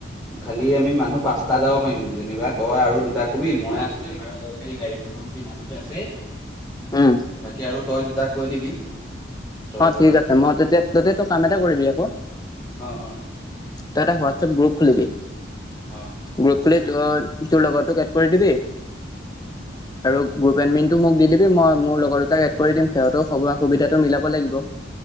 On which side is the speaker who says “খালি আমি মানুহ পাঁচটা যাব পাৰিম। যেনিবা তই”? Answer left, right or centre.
Centre